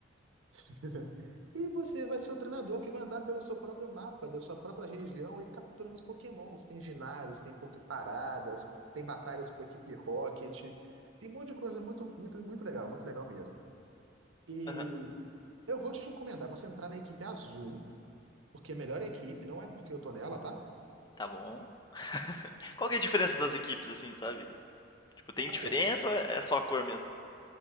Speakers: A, on the right; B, on the left.
A: <laughs> E você vai ser o treinador que vai andar pelo seu próprio mapa, da sua própria região e capturando os Pokémons. Tem ginásios, tem Poképaradas, tem batalhas com a equipe Rocket. Tem um monte de coisa muito, muito, muito legal, muito legal mesmo. E
B: Aham.
A: eu vou te recomendar você entrar na equipe azul, porque é melhor a melhor equipe não é porque eu tô nela, tá?
B: Tá bom. <laughs> Qual que é a diferença das equipes, assim, sabe? Tipo, tem
A: A
B: diferença
A: cor.
B: ou é é só a cor mesmo?